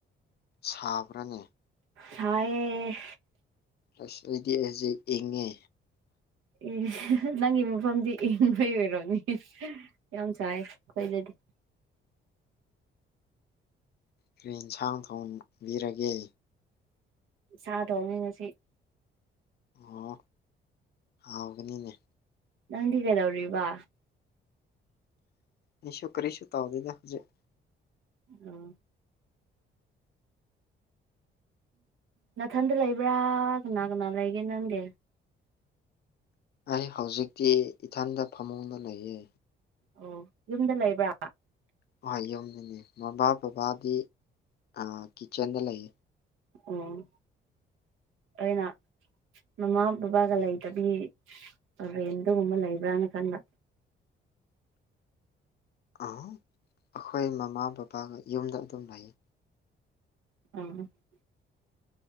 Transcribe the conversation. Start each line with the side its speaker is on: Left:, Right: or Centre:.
Left: ꯁꯥꯕ꯭ꯔꯅꯦ
Right: ꯁꯥꯌꯦ
Left: ꯑꯁ ꯑꯩꯗꯤ ꯍꯧꯖꯤꯛ ꯏꯪꯉꯦ
Right: ꯏꯁ ꯅꯪꯒꯤ ꯃꯐꯝꯗꯤ ꯏꯟꯕꯩ ꯑꯣꯏꯔꯝꯅꯤ ꯌꯥꯝ ꯁꯥꯏꯌꯦ ꯑꯩꯈꯣꯏꯗꯗꯤ
Left: ꯀ꯭ꯔꯤ ꯏꯟꯁꯥꯡ ꯊꯣꯡꯕꯤꯔꯒꯦ
Right: ꯁꯥ ꯊꯣꯡꯉꯦ ꯉꯁꯤ
Left: ꯑꯣ ꯍꯥꯎꯒꯅꯤꯅꯦ
Right: ꯅꯪꯗꯤ ꯀꯩꯗꯧꯔꯤꯕ
Left: ꯑꯩꯁꯨ ꯀꯔꯤꯁꯨ ꯇꯥꯎꯗꯦꯗ ꯍꯧꯖꯤꯛ
Right: ꯑꯣ ꯅꯊꯟꯗ ꯂꯩꯕ꯭ꯔꯥ ꯀꯅꯥ ꯀꯅꯥ ꯂꯩꯒꯦ ꯅꯪꯗꯤ
Left: ꯑꯩ ꯍꯧꯖꯤꯛꯇꯤ ꯏꯊꯟꯗ ꯐꯃꯨꯡꯗ ꯂꯩꯌꯦ
Right: ꯑꯣ ꯌꯨꯝꯗ ꯂꯩꯕ꯭ꯔꯥ
Left: ꯍꯣꯏ ꯌꯨꯝꯗꯅꯤ ꯃꯃꯥ ꯕꯕꯥꯗꯤ ꯑ ꯀꯤꯆꯟꯗ ꯂꯩꯌꯦ
Right: ꯎꯝ ꯑꯩꯅ ꯃꯃꯥ ꯕꯕꯥꯒ ꯂꯩꯇꯕꯤ ꯔꯦꯟꯗꯒꯨꯝꯕ ꯂꯩꯕ꯭ꯔꯥꯅ ꯈꯟꯕ
Left: ꯑ ꯑꯩꯈꯣꯏ ꯃꯃꯥ ꯕꯕꯥꯒ ꯌꯨꯝꯗ ꯑꯗꯨꯝ ꯂꯩꯌꯦ
Right: <unintelligible>